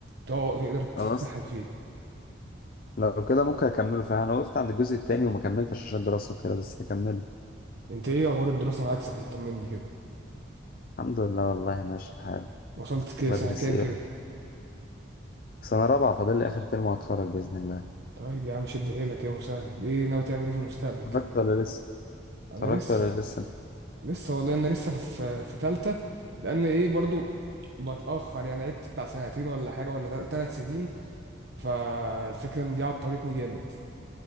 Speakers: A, on the right; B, on the left.
A: تقعد- تقدر تتسحل
B: خلاص
A: فيه
B: لو كده ممكن اكمله فعلا انا وقفت عند الجزء التاني وما كملتش عشان دراسة وكده بس هكمله
A: انت ايه اخبار الدراسه معاك صحيح طمني كده
B: الحمد لله والله ماشي الحال
A: وصلت كده
B: بدرس
A: سنه كام
B: ايه
A: كده
B: سنة رابعة فاضل لي اخر ترم وهتخرج بإذن الله
A: طيب يا عم شد حيلك يا مسهل ايه ناوي تعمل ايه في المستقبل كده
B: اتخرجت ولا لسه
A: انا
B: اتخرجت
A: لسه
B: ولا لسه
A: لسه والله انا لسه في في تالته لان ايه برضو بتاخر يعني عدت بتاع سنتين ولا حاجه ولا ثلاث سنين فالفكره ان دي عطلتني جامد